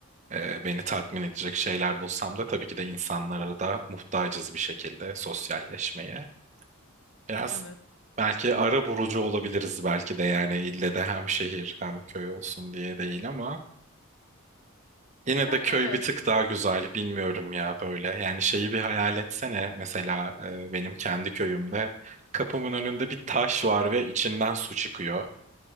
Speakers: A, on the right; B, on the left.
A: e, beni tatmin edecek şeyler bulsam da tabii ki de insanlara da muhtacız bir şekilde sosyalleşmeye. Biraz
B: Evet.
A: belki ara bulucu olabiliriz belki de yani ille de hem şehir hem köy olsun diye değil ama yine
B: Yani
A: de köy
B: evet.
A: bir tık daha güzel bilmiyorum ya böyle. Yani şeyi bir hayal etsene mesela e, benim kendi köyümde kapımın önünde bir taş var ve içinden su çıkıyor.